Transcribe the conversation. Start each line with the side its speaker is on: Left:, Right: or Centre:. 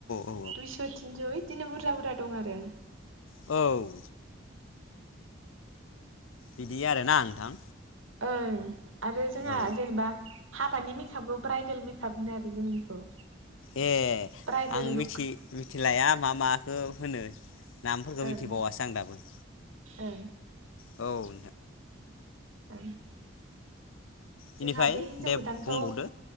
Left: औ
Right: दुइस' थिनस' बिदिनो बुरजा बुरजा दं आरो
Left: औ बिदि आरोना नोंथां
Right: ओं आरो जोंहा
Left: औ
Right: जेनेबा हाबानि मेकआपखौ ब्राइडेल मेकआप होनो आरो जोंनिखौ
Left: ए
Right: ब्राइदेल
Left: आं
Right: लुक
Left: मिथि मिथिलाया मा माखौ होनो नामफोरखौ
Right: ओं
Left: मिथिबावासो आं दाबो
Right: ओं
Left: औ
Right: ओं
Left: बेनिफ्राय
Right: जोंहा बे हिन्जाव
Left: दे
Right: गोदानखौ
Left: बुंबावदो